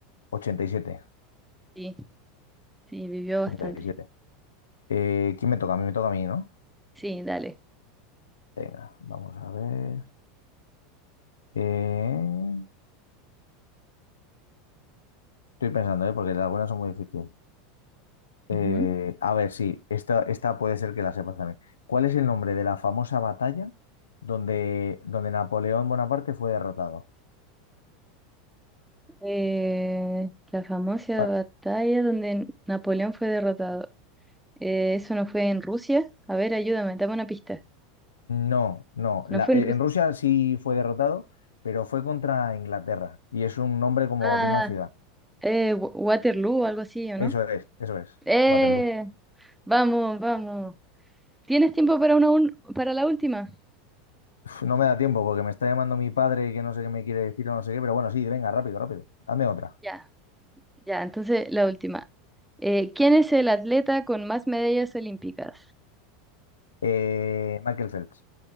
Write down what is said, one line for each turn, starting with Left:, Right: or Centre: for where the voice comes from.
Left: 87.
Centre: Sí, sí, vivió bastante.
Left: 87. Eh, ¿quién me toca? A mí me toca a mí, ¿no?
Centre: Sí, dale.
Left: Venga, vamos a ver. Eh, Estoy pensando, ¿eh? Porque algunas son muy difíciles. Eh,
Centre: Ujú.
Left: a ver, sí, esta, esta puede ser que la sepas también. ¿Cuál es el nombre de la famosa batalla donde, donde Napoleón Bonaparte fue derrotado?
Centre: Eh, la famosa
Left: Pa-
Centre: batalla donde Napoleón fue derrotado. Eh, eso no fue en Rusia. A ver, ayúdame, dame una pista.
Left: No, no. la-
Centre: No fue
Left: eh,
Centre: en Rusia.
Left: en Rusia sí fue derrotado, pero fue contra Inglaterra y es un nombre como
Centre: Ah,
Left: de una ciudad.
Centre: eh, Wa- Waterloo algo así, ¿o no?
Left: Eso es, eso es.
Centre: Eh,
Left: Waterloo.
Centre: vamos, vamos. ¿Tienes tiempo para una ul- para la última?
Left: Uf, no me da tiempo porque me está llamando mi padre que no sé qué me quiere decir o no sé qué, pero bueno, sí, venga, rápido, rápido. Hazme otra.
Centre: Ya, ya, entonces la última. Eh, ¿quién es el atleta con más medallas olímpicas?
Left: Eh, Michael Phelps.